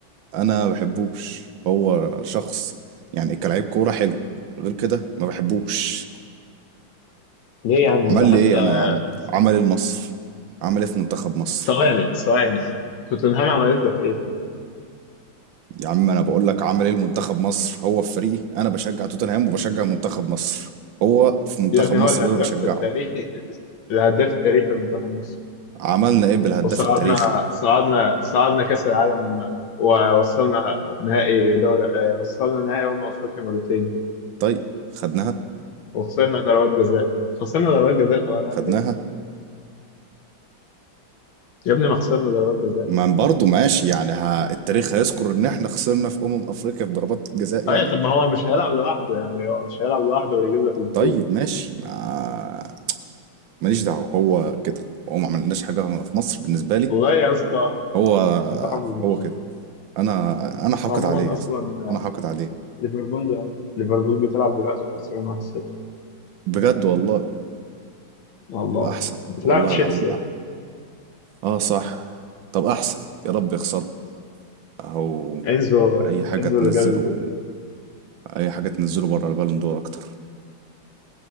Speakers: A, on the right; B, on the left.
A: انا ما بحبوش هو شخص يعني كلاعب كوره حلو غير كده ما بحبوش
B: ليه يا عم
A: عمل
B: ده
A: لي
B: حتى
A: ايه انا يا عم
B: بس-
A: عمل ايه لمصر عمل ايه في منتخب مصر
B: ثواني ثواني توتنهام عملت لك إيه؟
A: يا عم انا بقول لك عمل ايه المنتخب مصر هو في فريقي انا بشجع توتنهام وبشجع منتخب مصر هو في منتخب
B: يا ابني
A: مصر
B: هو الهداف
A: اللي انا بشجعه
B: التاريخي الهداف التاريخي لمنتخب مصر
A: عملنا ايه بالهداف
B: وصعدنا
A: التاريخي
B: صعدنا صعدنا كأس العالم ووصلنا نهائي دوري آه، وصلنا نهائي أمم أفريقيا مرتين
A: طيب خدناها
B: وخسرنا ضربات جزاء خسرنا ضربات جزاء طب هنعمل
A: خدناها
B: إيه؟ يا ابني ما خسرنا ضربات جزاء
A: ما برضه ماشي يعني ها التاريخ هيذكر ان احنا خسرنا في امم افريقيا في ضربات جزاء يعني
B: ايوه طب ما هو مش هيلعب لوحده يعني هو مش هيلعب لوحده ويجيب لك البطوله
A: طيب ماشي ما ماليش دعوة هو كده هو ما عملناش حاجة في مصر بالنسبة لي
B: والله يا اسطى
A: هو
B: انت حافظ مش
A: هو كده
B: عارف
A: انا انا حاقد
B: وعموما
A: عليه يا
B: اصلا
A: اسطى. انا حاقد عليه
B: ليفربول ليفربول بتلعب دلوقتي وخسران 1-0
A: بجد والله
B: والله
A: ابقى احسن
B: بتلعب
A: والله
B: تشيلسي
A: العظيم اه صح طب احسن يا رب يخسروا اهو
B: انزو
A: اي حاجه
B: انزو
A: تنزله
B: اللي جاب الجول
A: اي حاجه تنزله بره البالون دور اكتر